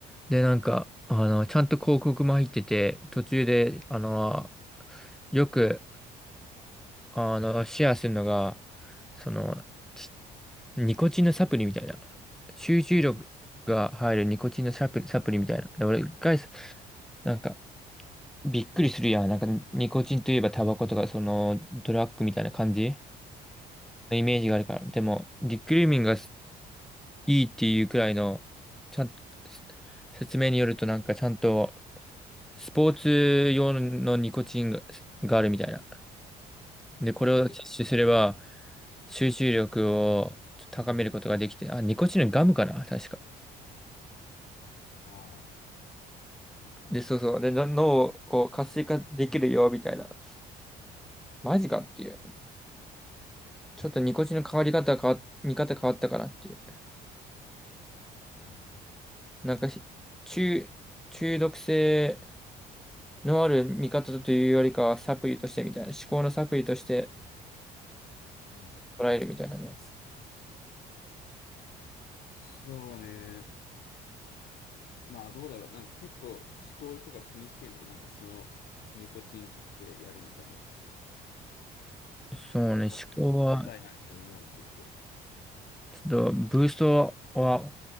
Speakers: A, in the centre; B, on the left (about 65°).
A: で、なんか、あの、ちゃんと広告も入ってて、途中で、あの、よく、あの、シェアするのが、その、ちニコチンのサプリみたいな、集中力が入るニコチンのサプリ、
B: うん。
A: サプリみたいな。で、俺一回、なんか、びっくりするやん。なんか、ニコチンといえばタバコとか、その、ドラッグみたいな感じのイメージがあるから。でも、リクルーミンがいいっていうくらいの、ちゃん、説明によるとなんかちゃんとスポーツ用のニコチンが、があるみたいな。で、これを摂取すれば
B: え、
A: 集中力を高めることができて、あ、ニコチンのガムかな、確か。
B: ああ、
A: で、そうそう。で、の脳を活性化できるよ、みたいな。マジかっていう。ちょっとニコチンの変わり方変わ、見方変わったかなっていう。
B: うん、
A: なんかし、中、中毒性のある見方というよりかはサプリとしてみたいな。思考のサプリとして、
B: うん、うん。
A: 捉えるみたいなね。
B: そうね。まあ、どうだろう。なんか結構思考とか気にしてんのなんかその、ニコチン取ってやるみたいな。
A: そうね、
B: あ当てたいな、
A: 思考は、
B: みたいな思うの結構。
A: ちょっと、ブーストは、